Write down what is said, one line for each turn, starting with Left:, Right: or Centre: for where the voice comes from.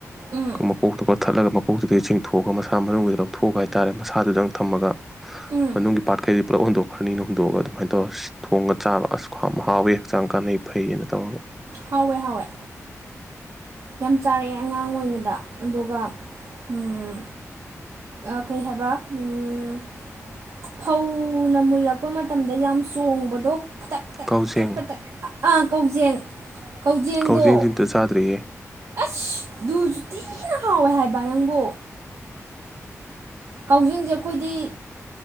Right: ꯎꯝ
Centre: ꯃꯀꯣꯛꯇꯨ ꯀꯛꯊꯠꯂꯒ ꯃꯀꯣꯛꯇꯨꯗꯩ ꯆꯤꯡꯊꯣꯛꯑꯒ ꯃꯁꯥ ꯃꯅꯨꯡꯒꯤꯗꯨ ꯂꯧꯊꯣꯛꯑꯒ ꯍꯥꯏꯇꯥꯔꯦ ꯃꯁꯥꯗꯨꯗꯪ ꯊꯝꯃꯒ
Right: ꯎꯝ
Centre: ꯃꯅꯨꯡꯒꯤ ꯄꯥꯠꯈꯩꯗꯤ ꯄꯨꯂꯞ ꯍꯨꯟꯗꯣꯛꯈ꯭ꯔꯅꯤꯅ ꯍꯣꯟꯗꯣꯛꯑꯒ ꯑꯗꯨꯃꯥꯏꯅ ꯇꯧꯔ ꯁꯦ ꯊꯣꯡꯉ ꯆꯥꯕ ꯑꯁ ꯈꯌꯥꯝ ꯍꯥꯎꯋꯦ ꯍꯛꯆꯥꯡ ꯀꯥꯟꯅꯩ ꯐꯩꯌꯦꯅ ꯇꯧꯔꯒ
Right: ꯍꯥꯎꯋꯦ ꯍꯥꯎꯋꯦ ꯌꯥꯝ ꯆꯥꯔꯛꯑꯦ ꯑꯉꯥꯡ ꯑꯣꯏꯔꯤꯉꯩꯗ ꯑꯗꯨꯒ ꯎꯝ ꯑ ꯀꯩ ꯍꯥꯏꯕ ꯎꯝ ꯐꯧꯅ ꯃꯨꯜꯂꯛꯄ ꯃꯇꯝꯗ ꯌꯥꯝ ꯆꯣꯡꯕꯗꯣ ꯐꯠꯇꯛ ꯇꯛ
Centre: ꯀꯥꯎꯖꯦꯡ
Right: ꯐꯇ꯭ꯔꯛ ꯐꯇ꯭ꯔꯛ ꯑ ꯥ ꯀꯧꯖꯦꯡ ꯀꯧꯖꯦꯡꯗꯣ
Centre: ꯀꯥꯎꯖꯤꯡꯁꯤ ꯑꯝꯇ ꯆꯥꯗ꯭ꯔꯤꯌꯦ
Right: ꯑꯁ ꯗꯨꯖꯨ ꯊꯤꯅ ꯍꯥꯎꯋꯦ ꯍꯥꯏꯕ ꯅꯪꯕꯣ ꯀꯥꯎꯖꯤꯡꯖꯦ ꯑꯩꯈꯣꯏꯗꯤ